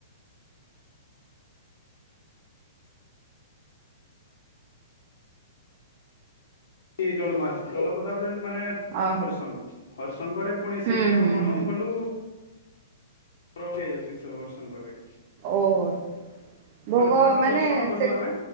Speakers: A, on the left; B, on the right.
A: କିଏ ଜଲମା ଜଲମ ତାପରେ ମାନେ
B: ଓ
A: ହରିଶଙ୍ଗ। ହର୍ଷ। ସଙ୍ଗରେ ପୁଣି
B: ହୁଁ
A: ସେଇଠି
B: ହୁଁ
A: ଆମେ କଣ
B: ହୁଁ
A: କଲୁ ର ଦିଆଯାଉଛି ସେ ହରି ଶଙ୍କର ରେ।
B: ଓହୋ। ଭୋଗ
A: ଫାଷ୍ଟ
B: ମାନେ
A: ଦର୍ଶନ କଲୁ
B: ସେଠ୍
A: ଆମେ